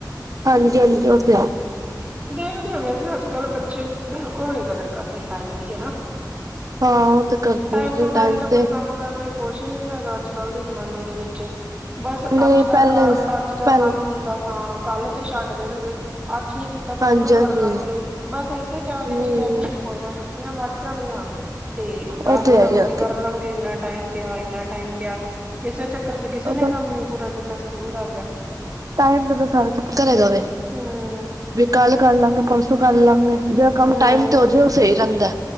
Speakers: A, on the right (about 50°); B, on the right (about 15°).
A: ਹਾਂਜੀ -ਹਾਂਜੀ ਓ ਤੇ ਹੈ।
B: ਦੇਖਦੇ ਹੋ ਵੈਸੇ ਅੱਜ- ਕੱਲ ਬੱਚੇ ਬਿਲਕੁਲ ਨੀ ਕਦਰ ਕਰਦੇ ਟਾਈਮ ਦੀ ਹਨਾ
A: ਹਾਂ ਉਹ ਤੇ ਕਰਦੇ
B: ਟਾਈਮ- ਟੂ,
A: ਨੇ
B: ਟਾਈਮ ਤਾਂ ਕੋਈ
A: ਤੇ
B: ਕੰਮ ਕਰਕੇ ਖੁਸ਼ ਈ ਨਈ ਹੈਗਾ, ਅੱਜ -ਕੱਲ੍ਹ ਦੇ ਜ਼ਮਾਨੇ ਦੇ ਵਿੱਚ, ਬਸ
A: ਨਹੀਂ
B: ਅੱਜ ਦਾ
A: ਪਹਿਲੇ
B: ਕ ਕੰਮ ਅੱਜ ਦਾ
A: ਪਹਿਲੇ
B: ਕੰਮ ਹੁੰਦਾ ਹਾਂ ਕੱਲ ਤੇ ਛੱਡ ਦੇਣਗੇ ਅੱਜ ਨੀ ਤਾਂ ਕਾਲ੍ਹ
A: ਹਾਂਜੀ
B: ਨੂੰ ਕਰ
A: ਹਾਂਜੀ
B: ਲਾਗੇ, ਬਸ ਏਸੇ ਚਾਅ
A: ਹਮ
B: ਵਿੱਚ ਈ ਰੈ ਗਏ ਵੀ ਕੋਈ ਨਾ ਛੁੱਟੀਆਂ ਵੱਧ ਜਾਣੀਆਂ, ਤੇ ਦਸ
A: ਉਹ
B: ਦਿਨ
A: ਤੇ ਹੈ
B: ਰੋਕ
A: ਹੀ ਉਹ ਤੇ
B: ਕਰ ਲਾਂਗੇ ਏਨਾ ਟਾਈਮ ਪੇਆ, ਏਨਾ ਟਾਈਮ ਪੇਆ, ਏਸੇ ਚੱਕਰ ਚ ਕਿਸੇ ਨੇ
A: ਬਸ
B: ਕੰਮ ਨੀ, ਪੂਰਾ ਕੀਤਾ ਸਕੂਲ ਦਾ ਆਪਦਾ
A: ਟਾਈਮ ਦਾ ਤਾਂ ਸਾਰਾ ਚਕਰ ਹੈਗਾ ਵੇ
B: ਹਮ
A: ਵੀ ਕੱਲ ਕਰ ਲਾਂਗੇ ਪਰਸੋਂ ਕਰ ਲਾਂਗੇ ਜੇੜਾ ਕੰਮ
B: ਹਮ
A: ਟਾਈਮ ਤੇ ਹੋ ਜਾੇ ਉਹ ਸਹੀ ਰੈਂਦਾ